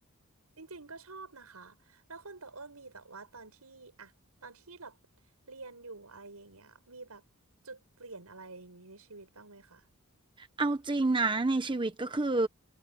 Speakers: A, on the right (about 85°); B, on the right (about 20°).
A: จริงๆก็ชอบนะคะแล้วคนต่ออ้นมีแต่ว่าตอนที่อะตอนที่แบบเรียนอยู่อะไรอย่างเงี้ยมีแบบจุดเปลี่ยนอะไรอย่างงี้ในชีวิตบ้างไหมคะ
B: เอาจริงนะในชีวิตก็คือ